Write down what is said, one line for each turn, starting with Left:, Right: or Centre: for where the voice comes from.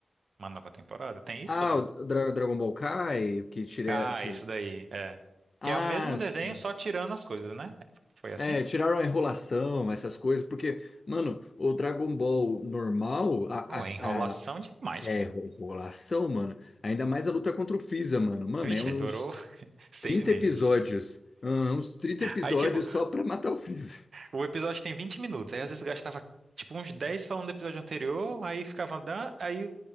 Right: uma nova temporada. Tem isso
Left: Ah,
Right: ou não?
Left: o Dra- Dragon Ball Kai, que tira.
Right: Ah,
Left: tira-
Right: isso daí. É.
Left: Ah,
Right: Que é o mesmo desenho,
Left: sim.
Right: só tirando as coisas, né? Foi assim?
Left: É, tiraram a enrolação, essas coisas, porque, mano, o Dragon Ball normal, a,
Right: Oh, é enrolação
Left: a, a
Right: demais,
Left: é,
Right: pô.
Left: enrolação, mano, ainda mais a luta contra o Freeza, mano. Mano,
Right: Vixe,
Left: é uns
Right: aí durou <laughs> seis
Left: 30
Right: meses.
Left: episódios. hum, uns 30 episódios
Right: Aí, tipo,
Left: só pra matar o Freeza.
Right: O episódio tem 20 minutos, aí às vezes gastava tipo uns 10 falando do episódio anterior, aí ficava, da- aí